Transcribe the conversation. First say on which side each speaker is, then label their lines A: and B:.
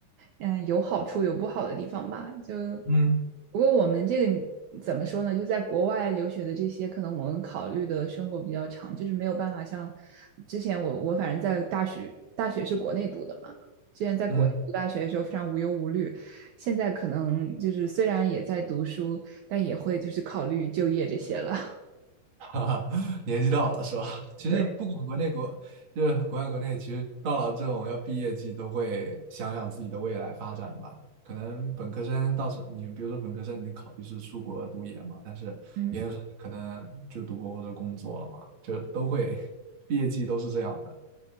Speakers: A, on the right; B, on the right.
A: 嗯，有好处有不好的地方吧。就
B: 嗯
A: 不过我们这个怎么说呢？就在国外留学的这些，可能我们考虑的生活比较长，就是没有办法像之前我我反正在大学大学是国内读的嘛，之前在国内读大学的时候非常无忧无虑，
B: 嗯。
A: 现在可能就是虽然也在读书，但也会就是考虑就业这些了。
B: <laughs> 哈哈，<laughs> 年纪到了是吧？
A: <laughs>
B: 其实不管国内国，
A: 对，
B: 就是国外国内，其实到了这种要毕业季，都会想想自己的未来发展吧。可能本科生到时候你比如说本科生，你考虑是出国读研嘛，但是研究生可能就读博或者工作了嘛，
A: 嗯。
B: 就都会毕业季都是这样的。